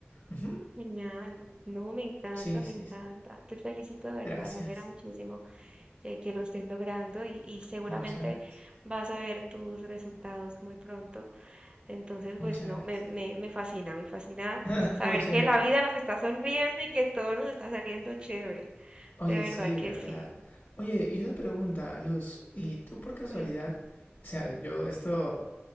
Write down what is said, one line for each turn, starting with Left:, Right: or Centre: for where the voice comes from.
Left: Ujú.
Right: genial. No, me encanta,
Left: Sí,
Right: me
Left: sí,
Right: encanta.
Left: sí.
Right: Te felicito de
Left: Gracias.
Right: verdad, me alegra muchísimo que, que lo estés logrando y, y seguramente
Left: Muchas gracias.
Right: vas a ver tus resultados muy pronto. Entonces, pues
Left: Muchas
Right: no,
Left: gracias.
Right: me, me, me fascina, me fascina
Left: <laughs>
Right: saber
Left: Muchas
Right: que
Left: gracias.
Right: la vida nos está sonriendo y que todo nos está saliendo chévere.
Left: Oye,
Right: De verdad
Left: sí,
Right: que
Left: verdad.
Right: sí.
Left: Oye, y una pregunta, Luz. ¿Y tú por casualidad?
Right: Cuenta.
Left: O sea, yo esto